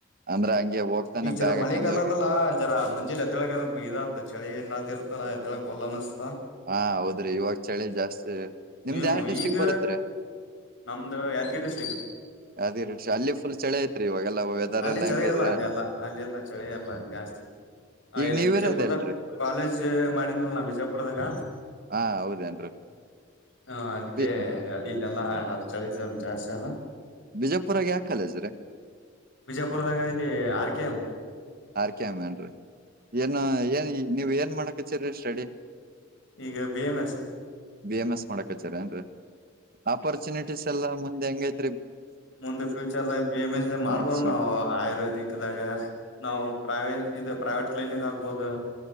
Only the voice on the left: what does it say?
ಈಗ ಜರ
ಮಳೆಗಾಲದಲ್ಲ
ಜರ ಮುಂಜೆಲಿ ಎದ್ದಳ ಇದ ಳಿ ನ ಇರ್ತಲ್ಲ ಎದ್ಳ ಹೋಲ್ ಅನಿಸ್ತ
ನೀವು
ಈಗ
ನಮ್ದು ಯಾದಗಿರಿ ಡಿಸ್ಟ್ರಿಕ್
ಅಲ್ಲಿ
ಚಳಿ
ಇರಲ ಅಲ್ಲಿ ಎಲ್ಲ ಅಲ್ಲಿರ್ನ ಚಳಿ ಇರ್ಲ ಅಲ್ಲಿ ಜಾಸ್ತಿ ಹ
ಇಲ್ಲಿಗ್
ಬಿಜಾಪುರ್ದಾಗ
ಕಾಲೇಜ್ ಮಾಡನ್ಲ್ ನಾ ಬಿಜಾಪುರ್ದಾಗ
ಹಾ ಅದಕ್ಕೆ
ಇ ಎಲ್ಲ ಚಳ ಜಾಸ್ತಿ ಅಲ್ಲ
ವಿಜಯಪುರದಾಗ ಇಲ್ಲಿ ಆರ್ ಕೆ ಎಂ್
ಈಗ ಬೇಮ
ಮುಂದೆ ಫ್ಯೂಚರ್ ಬಿ ಎಮ್ ಎಸ್ ದಿ ಮಾಡ್ಬೋದು
ನಾವು ಆಯುರ್ವೇದಿಕ್ದಾಗ ನಾವು ಪ್ರೈವೇ ಇದು ಪ್ರೈವೇಟ್ ಕ್ಲಿನಿಕ್ ಆಗ್ಬಹದು